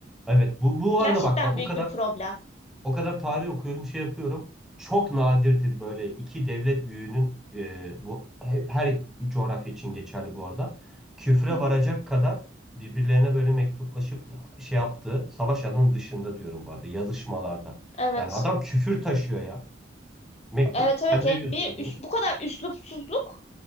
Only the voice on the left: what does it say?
Gerçekten
büyük
bir problem.
Hı hı.
Evet.
Evet
evet yani
bir üs-
bu kadar üslupsuzluk